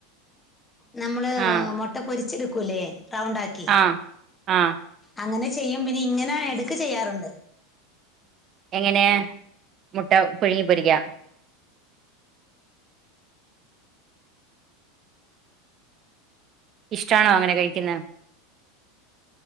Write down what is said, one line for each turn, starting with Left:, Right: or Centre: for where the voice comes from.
Left: നമ്മൾ
Right: ആഹ്
Left: മുട്ട പൊരിച്ചെടുക്കൂല്ലേ റൗണ്ട് ആക്കി
Right: ആഹ് ആഹ്
Left: അങ്ങനെ ചെയ്യും പിന്നെ ഇങ്ങനെ ഇടക്ക് ചെയ്യാറുണ്ട്
Right: എങ്ങനെ മുട്ട പുഴുങ്ങി പൊരിക്ക ഇഷ്ടാണോ അങ്ങനെ കഴിക്കുന്നെ